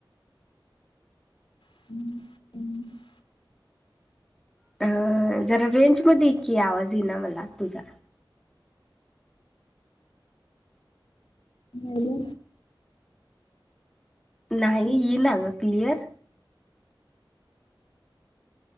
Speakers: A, on the left; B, in the centre.
A: <unintelligible>
B: अ जरा रेंज मध्ये की आवाज ये ना मला तुझा.
A: हॅलो.
B: नाही
A: हम्म,
B: येना ग क्लियर.